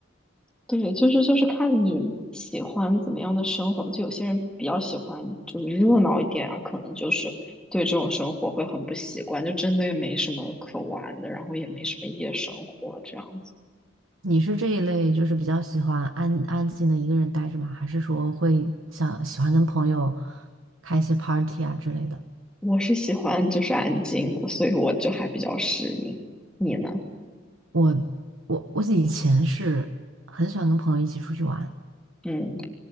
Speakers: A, in the centre; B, on the right.
A: 对，就是就是看你喜欢怎么样的生活吧。就有些人比较喜欢就是热闹一点啊，可能就是对这种生活会很不习惯，就真的也没什么可玩的，然后也没什么夜生活这样子。
B: 你是这一类就是比较喜欢安安静的一个人待着吗？还是说会想喜欢跟朋友开一些 party 啊之类的？
A: 我是喜欢就是安静的，所以我就还比较适应。你呢？
B: 我我我以前是很喜欢跟朋友一起出去玩，
A: 嗯